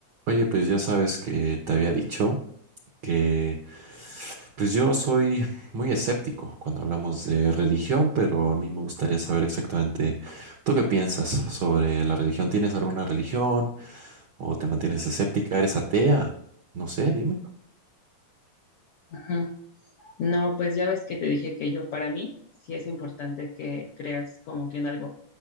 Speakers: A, on the right; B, on the left.
A: Oye, pues ya sabes que te había dicho que pues yo soy muy escéptico cuando hablamos de religión, pero a mí me gustaría saber exactamente tú qué piensas sobre la religión. ¿Tienes alguna religión o te mantienes escéptica? ¿Eres atea? No sé, dime.
B: Ujú. No, pues ya ves que te dije que yo, para mí, sí es importante que creas como que en algo,